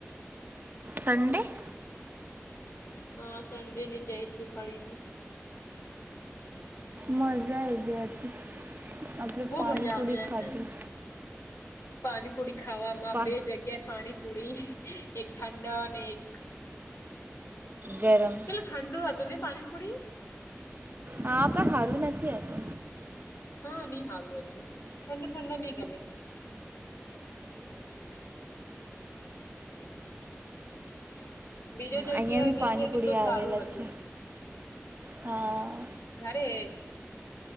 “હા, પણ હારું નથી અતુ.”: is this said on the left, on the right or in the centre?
Right